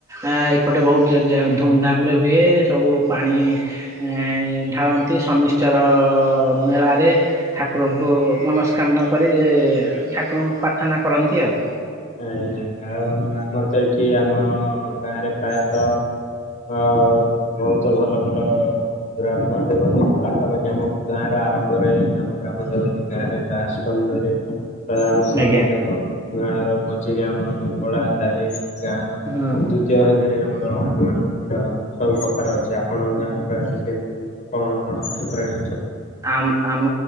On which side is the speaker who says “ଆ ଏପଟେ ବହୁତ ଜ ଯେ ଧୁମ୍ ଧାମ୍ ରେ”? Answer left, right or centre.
Right